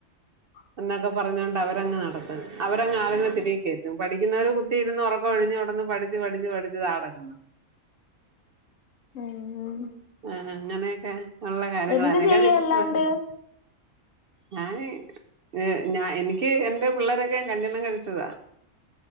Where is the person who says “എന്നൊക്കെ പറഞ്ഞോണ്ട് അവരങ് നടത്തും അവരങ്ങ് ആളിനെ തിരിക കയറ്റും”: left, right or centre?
Right